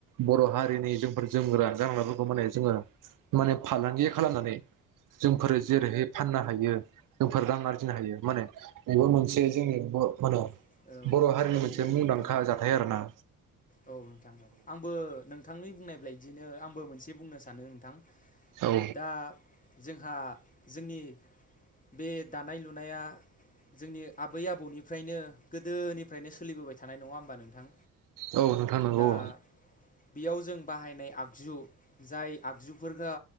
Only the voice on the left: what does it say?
औ नोंथां औ
औ
नोंथां औ
औ नोंथां आंबो नोंथांनि बुंनाय बायदिनो आंबो मोनसे बुंनो सानो सानो नोंथां।
दा जोंहा जोंनि बे दानाय लुनाया जोंनि आबै-आबौमोननिफ्रायनो गोदोनिफ्रायनो सोलिबोबाय थायो थानाय नङा होमबा नोंथां?
दा बेयाव जों बाहायनाय आगजु आगजु जाय आगजुफोरखौ